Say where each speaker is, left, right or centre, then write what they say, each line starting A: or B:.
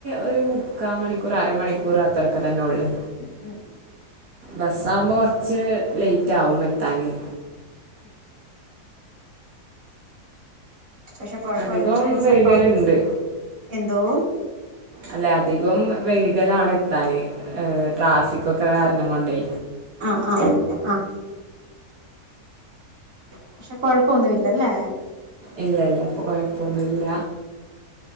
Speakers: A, on the right; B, on the right.
A: ഒരു മുക്കാ മണിക്കൂർ അരമണിക്കൂർ അത്രൊക്കെ തന്നെള്ളു
B: ഉം ഉം ഉം
A: ബസ്സാവുമ്പോ കുറച്ച് ലേറ്റ് ആവും മെ താന്
B: ആകാം ഉം പക്ഷെ കൊഴപ്പൊണ്ണ്
A: അധികം
B: ഫ്രണ്ട്സൊക്കെ
A: വൈകലുണ്ട്
B: ഒണ്ട് എന്തോ
A: അല്ലെ അധികം വൈികലാണത്താന് ഏഹ് ട്രാഫിക്കൊക്കെ കാരണം കൊണ്ടേ
B: ആഹ് ആഹ് ആഹ് പക്ഷെ കൊഴപ്പൊന്നുല്ലല്ലേ
A: ഇല്ലല്ല ഇപ്പൊ കുഴപ്പൊന്നുല്ല